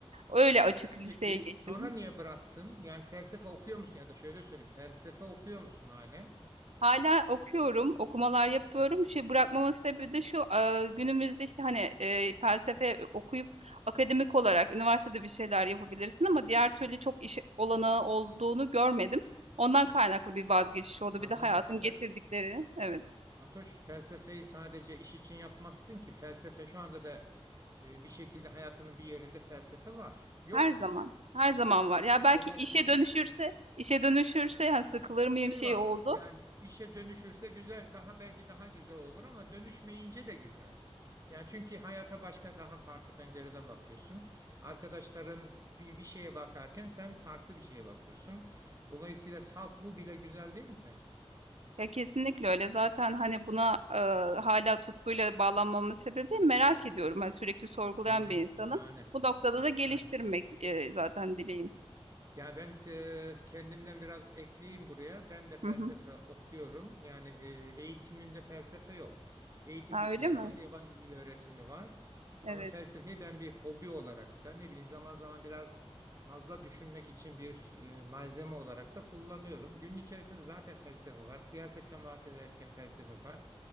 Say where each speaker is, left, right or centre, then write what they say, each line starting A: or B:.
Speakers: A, on the right (about 90°); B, on the right (about 35°).
A: Öyle açık liseye
B: Peki
A: geçtim.
B: sonra niye bıraktın? Yani felsefe okuyor musun ya da şöyle söyleyeyim felsefe okuyor musun halen?
A: Hala okuyorum, okumalar yapıyorum. Şey, bırakmamın sebebi de şu, eee, günümüzde, işte, hani, eee, felsefe okuyup akademik olarak üniversitede bir şeyler yapabilirsin ama diğer türlü çok iş olanağı olduğunu görmedim. Ondan kaynaklı bir vazgeçiş oldu.
B: Anladım
A: Bir de hayatın
B: Fatoş.
A: getirdikleri Evet,
B: Fatoş felsefeyi sadece iş için yapmazsın ki felsefe şu anda da e, bir şekilde hayatının bir yerinde felsefe var. Yok
A: her
B: mu?
A: zaman, her zaman var. Ya,
B: E,
A: belki
B: dolayısıyla
A: işe dönüşürse işe dönüşürse, hani, sıkılır mıyım
B: Eyvallah.
A: şey oldu
B: Yani işe dönüşürse güzel, daha belki daha güzel olur ama dönüşmeyince de güzel. Yani çünkü hayata başka daha farklı pencereden bakıyorsun. Arkadaşların bir, bir şeye bakarken sen farklı bir şeye bakıyorsun. Dolayısıyla salt bu bile güzel değil mi sence?
A: Ya, kesinlikle öyle. Zaten, hani, buna, eee, hâlâ tutkuyla bağlanmamın sebebi merak ediyorum. Hani, sürekli sorgulayan
B: Hı,
A: bir insanım.
B: şahane.
A: Bu noktada da geliştirmek,
B: Yani,
A: eee, zaten dileğim.
B: Ya ben e, kendimden biraz ekleyeyim buraya. Ben de felsefe
A: Hı hı.
B: okuyorum. Yani e, eğitimimde felsefe yok. Eğitim
A: A,
B: bilimleri
A: öyle mi?
B: var, yabancı dil öğretimi var.
A: Evet,
B: Ama felsefeyi ben bir hobi olarak da ne bileyim zaman zaman biraz fazla düşünmek için bir e, malzeme olarak da kullanıyorum. Günün içerisinde zaten felsefe var. Siyasetten bahsederken felsefe var.